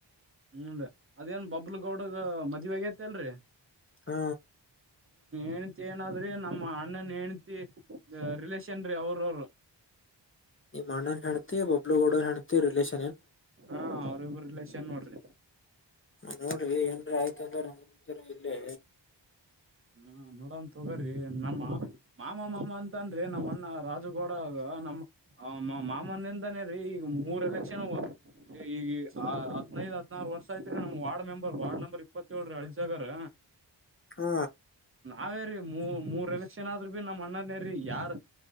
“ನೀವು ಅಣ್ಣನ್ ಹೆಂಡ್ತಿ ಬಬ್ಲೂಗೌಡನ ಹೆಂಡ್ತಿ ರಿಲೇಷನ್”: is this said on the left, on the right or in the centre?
Left